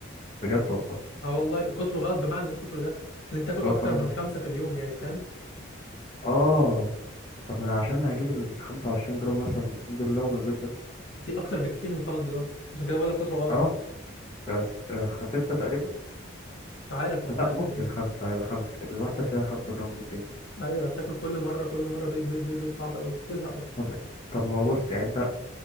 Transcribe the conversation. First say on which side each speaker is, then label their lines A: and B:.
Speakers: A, on the left; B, on the left.
A: بجد والله
B: اه والله كتره غلط بمعنى ايه كتره ده ان انت تاكل
A: هو
B: اكتر
A: كم
B: من خمسة في اليوم يعني فاهم
A: اه طب ما انا عشان هجيب ال 25 جرام مثلا من البروتين دول لو من البيت بس
B: كتير اكتر بكتير من خمس بيضات عشان كده بقول لك كتره غلط
A: اه بس آه، خ- ستة تقريبا
B: مش عارف والله
A: لا
B: تقريباً.
A: ممكن خمسة هيبقى خمسة الواحدة فيها خمسة جرام بروتين
B: ايوه هتاكل كل مره كل مره بيض بيض بيض بيض صعب قوي تزهق اصلا
A: طب طب ما هو بص يعني انت